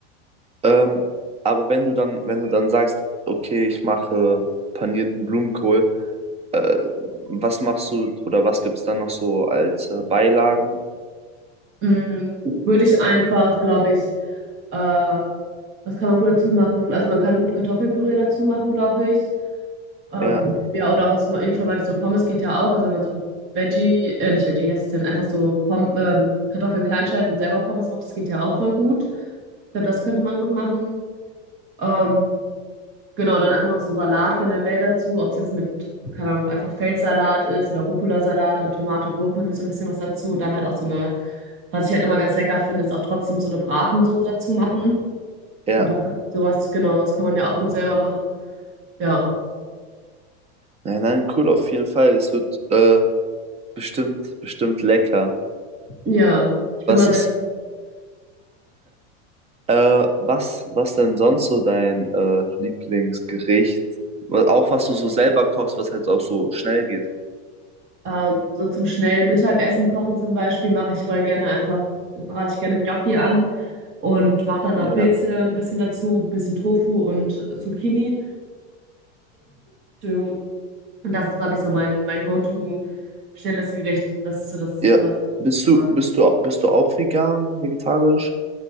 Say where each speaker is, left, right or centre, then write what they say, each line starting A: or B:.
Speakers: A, on the right; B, on the right.
A: Ähm, aber wenn du dann, wenn du dann sagst, okay, ich mache panierten Blumenkohl, äh, was machst du oder was gibt's dann noch so als äh, Beilagen?
B: Mm, würde ich einfach, glaube ich, äh, was kann man gut dazu machen? Also man kann gut Kartoffelpüree dazu machen, glaube ich. Ähm,
A: Ja,
B: ja, oder auch, was man eben schon meinte, so Pommes geht ja auch. Also wenn man so Veggie, äh, nicht Veggie, wie heißt es denn, einfach so Pom ähm, Kartoffeln klein schneidet und selber Pommes macht, das geht ja auch voll gut. Ich glaube, das könnte man gut machen. Ähm, genau, dann einfach noch so Salat generell dazu, ob es jetzt mit, keine Ahnung, einfach Feldsalat ist oder Rucola-Salat, dann Tomate, Gurke, irgendwie so ein bisschen was dazu. Und dann halt auch so eine, was ich halt immer ganz lecker finde, ist auch trotzdem so eine Bratensoße dazu machen.
A: ja.
B: Oder sowas, genau, sowas kann man ja auch gut selber machen. Ja,
A: Nein, nein, cool auf jeden Fall. Es wird äh, bestimmt, bestimmt lecker.
B: ja. Ich bin
A: Was
B: mal sehr
A: ist Äh, was, was denn sonst so dein äh, Lieblingsgericht? Wa- Auch was du so selber kochst, was halt auch so schnell geht.
B: Ähm, so zum schnellen Mittagessen kochen zum Beispiel mache ich voll gerne einfach, brate ich gerne Gnocchi an und mache dann noch
A: Ja,
B: Pilze ein bisschen dazu, bisschen Tofu und Zucchini. Entschuldigung. Und das ist, glaube ich, so mein, mein Go-to schnelles Gericht. Das ist so das,
A: ja.
B: was ich am
A: Bist
B: liebsten
A: du,
B: mag.
A: bist du, bist du auch vegan, vegetarisch?